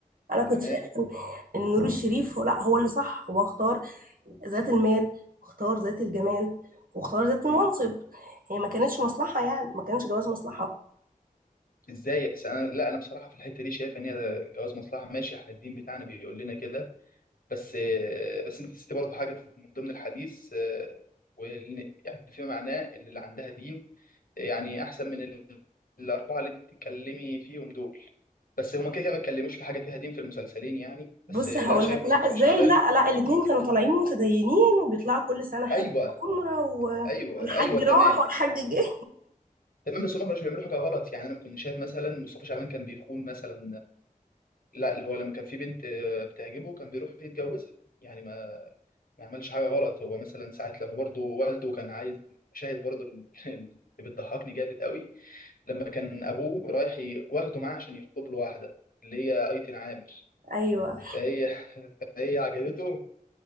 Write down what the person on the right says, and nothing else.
أنا كنت
شايفة ان نور الشريف هو لا هو اللي صح هو اختار ذات المال واختار ذات الجمال واختار ذات
المنصب هي ما كانتش مصلحة يعني ما كانش جواز مصلحة
بص
هقول
لك لا
ازاي
لا لا الاتنين كانوا طالعين متدينين وبيطلعوا كل سنة حج
عمرة و...
والحج
راح والحج جه
<laughs> ايوه